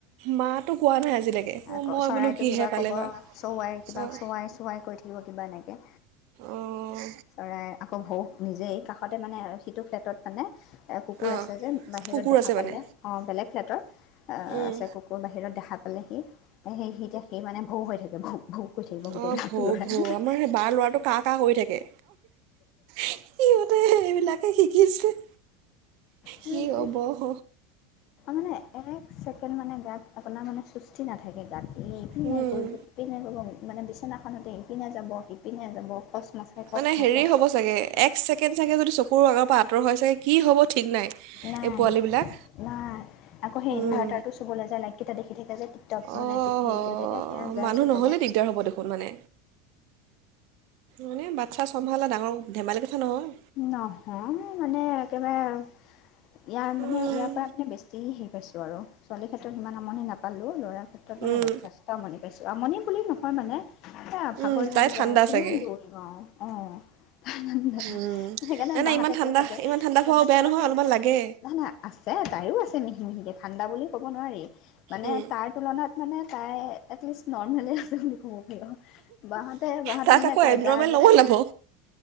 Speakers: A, on the right (about 60°); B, on the left (about 50°).
A: মাটো কোৱা নাই আজিলৈকে। অঁ
B: আকৌ
A: মই
B: চৰাইটো
A: বোলো কিহে
B: কিবা
A: পালে
B: ক'ব
A: বা
B: চৰাই কিবা
A: অঁ
B: চোৱাই চৱাই কৈ থাকিব কিবা এনেকৈ
A: অঁ
B: চৰাই আকৌ সৌ নিজে এই কাষতে মানে সিটো ফ্লেটত মানে কুকুৰ
A: অঁ
B: আছে যে বাহিৰত
A: কুকুৰ
B: দেখা
A: আছে
B: পালে
A: মানে
B: অ', বেলেগ ফ্লেটৰ
A: উম
B: আছে কুকুৰ বাহিৰত দেখা পালে সি এ সে স এতিয়া সেই মানে ভৌ হৈ থাকে। তেনেকে ভৌ ভৌ কৈ থাকিব গোটেই
A: অ',
B: গাটো
A: ভৌ
B: লৰাই
A: ভৌ আমাৰ সেই বাৰ ল'ৰাটো কা কা কৰি থাকে। সিহঁতে সেইবিলাকে শিকিছে।
B: ত'
A: কি হ'ব অঁ
B: মানে এক ছেকেণ্ড মানে গাত আপোনাৰ মানে সুস্হিৰ নাথাকে গাত। এই কি
A: উম
B: নকৰিব কৰিব <unintelligible> মানে বিচনাখনতে ইপিনে যাব, সিপিনে যাব। খচ মচাই খচ
A: মানে
B: মচাই
A: হেৰি হ'ব চাগে এক ছেকেণ্ড চাগে যদি চকুৰ আগৰ পৰা আতঁৰ হৈ যায় কি হ'ব ঠিক নাই
B: নাই,
A: এই পোৱালিবিলাক
B: নাই আকৌ সেই
A: উম,
B: ইনভাৰ্টাৰটো চুবলৈ যায় লাইটকেইটা দেখি থাকে যে টিপটপ
A: অঁ
B: মানে হেৰি কৰি থাকে সেয়া যায়
A: মানুহ
B: চুবলে।
A: নহ'লে দিগদাৰ হ'ব দেখোন মানে মানে বাচ্ছা চম্ভালা ডাঙৰ ধেমালি কথা নহয়।
B: নহয় মানে একেবাৰে। ইয়াৰ মানে
A: উম,
B: ইয়াৰ পৰা পা বেছি হে পাইছোঁ আৰু ছোৱালী ক্ষেত্ৰত সিমান আমনি নাপায়। পালো ল'ৰা ক্ষেত্ৰত মানে
A: উম,
B: যথেষ্ট আমনি পাইছোঁ আমনি বুলি নহয় মানে এ
A: উম,
B: ভাগৰ লাগি
A: তাই ঠাণ্ডা
B: যায় আৰু কিমান
A: চাগে
B: দৌৰিম আৰু অ <unintelligible>
A: উম,
B: সেইকাৰণে
A: নাই নাই
B: বাহতে
A: ইমান ঠাণ্ডা
B: কৈ থাকে
A: ইমান ঠাণ্ডা খোৱাও
B: বাহহতে
A: বেয়া
B: ক
A: নহয়
B: থাকে
A: অলপমান লাগে
B: নাই না আছে তাইও আছে মিহি মিহিকে ঠাণ্ডা বুলি ক'ব নোৱাৰি মানে
A: উম,
B: তাৰ তুলনাত মানে তাই এটলিষ্ট নৰ্মেলে আছে বুলি ক'ব। বাহতে বাহতে
A: তাক
B: মানে
A: আকৌ
B: কয়
A: এবনৰ্মেল
B: যাৰ যাৰ
A: নবনাব